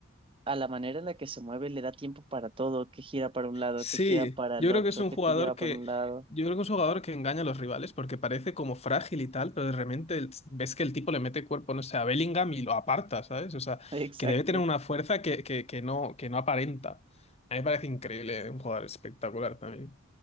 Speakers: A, on the right; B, on the left.
A: a la manera en la que se mueve le da tiempo para todo, que gira para un lado,
B: Sí,
A: que gira para
B: yo
A: el
B: creo
A: otro,
B: que es un
A: que
B: jugador
A: te lleva
B: que,
A: para un lado.
B: yo creo que es un jugador que engaña a los rivales porque parece como frágil y tal, pero de repente el- ves que el tipo le mete cuerpo, no sé, a Bellingham y lo aparta, ¿sabes? O sea,
A: <laughs> Exacto.
B: que debe tener una fuerza que, que, que no, que no aparenta. A mí me parece increíble, un jugador espectacular también.